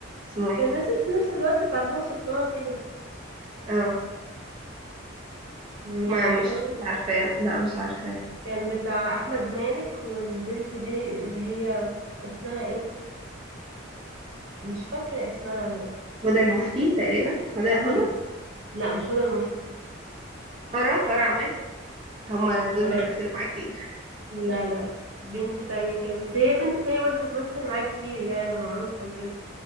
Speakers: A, on the right; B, on the right.
A: اسمه ايه
B: كان نازل في نفس الوقت بتاع الهوا سلطان كده
A: اه
B: مش
A: ما
B: عارفاه
A: مش
B: برضه.
A: مش عارفة لا مش عارفة
B: كان بتاع احمد مالك والبنت دي اللي هي اسمها ايه مش فاكره اسمها بس
A: هدى المفتي تقريبا هدى هدى
B: هدى لا مش هدى المفتي
A: ترى ترى عماد هما دول
B: ولا
A: بيمثلوا معايا كتير
B: لا لا لا بنت تانية كده بس هي بنت تانية برضو بتمثل معاه كتير يعني معروفة وكده